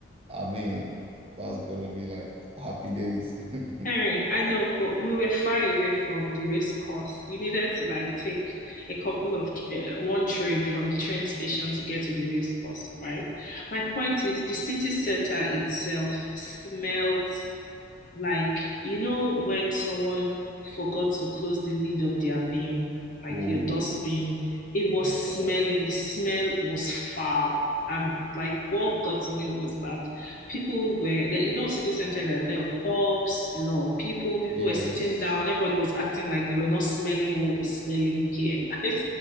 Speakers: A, on the right (about 30°); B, on the left (about 40°).
A: I mean, that's gonna be like happy days. <laughs>
B: Henry, I know, but we were far away from the race course. You needed to like take a couple of uh, one train from the train station to get to the race course, right? My point is the city center itself smells. Like, you know, when someone forgot to close the lid of their bin, like
A: Oh,
B: your dustbin, it was
A: that's
B: smelling,
A: bad.
B: the smell was foul. And like what got to me was that people were there, you know, city center, there, there are pubs, a lot of people, people
A: Yes.
B: were sitting down, everybody was acting like they were not smelling what was smelling here. <laughs> I